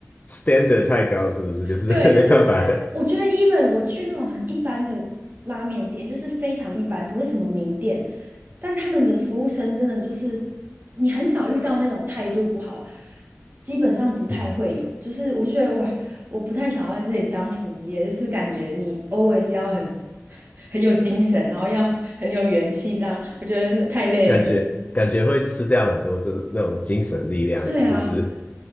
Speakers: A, on the left; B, on the right.
A: standard 太高，是不是？就是
B: 对，
A: <laughs> 没办法，
B: 就是我觉得，even 我去那种很一般的拉面店，就是非常一般，不是什么名店，但他们的服务生真的就是你很少遇到那种态度不好，基本上不太会有。
A: 嗯，
B: 就是我就觉得哇，我不太想要在这里当服务业，就是感觉你 always 要很 <laughs> 很有精神，然后要很有元气，这样我觉得那太累了。
A: 感觉感觉会吃掉很多，就是那种精神力量，
B: <laughs> 对啊，
A: 就是